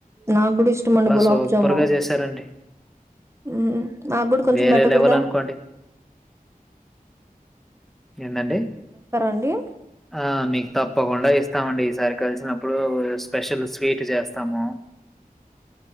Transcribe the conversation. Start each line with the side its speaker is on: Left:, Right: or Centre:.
Right: నాక్గూడ ఇష్టమండి గులాబ్జాము.
Centre: సూపర్‌గా చేశారండి.
Right: ఉమ్ నాక్ గూడ కొంచెం
Centre: వేరే
Right: బెట్టకూడదా?
Centre: లెవెల్ అనుకోండి. ఏందండి
Right: అండి
Centre: ఆ మీక్ తప్పకుండా ఇస్తామండి ఈసారి కలిసి నప్పుడు స్పెషల్ స్వీట్ జేస్తమూ.